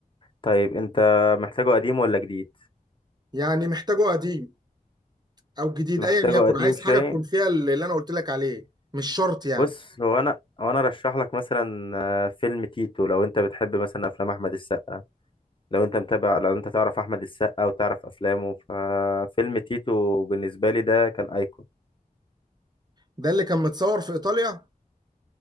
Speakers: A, on the left; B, on the right.
A: طيب انت محتاجه قديم ولا جديد
B: يعني محتاجه قديم او جديد
A: محتاجه
B: ايا يكن
A: قديم
B: عايز حاجة
A: شويه
B: تكون فيها اللي اللي انا قلت لك عليه مش شرط يعني
A: بص هو انا هو انا رشح لك مثلا آه، فيلم تيتو لو انت بتحب مثلا افلام احمد السقا لو انت متابع لو انت تعرف احمد السقا وتعرف افلامه ففيلم تيتو بالنسبه لي ده كان ايكون
B: ده اللي كان متصور في ايطاليا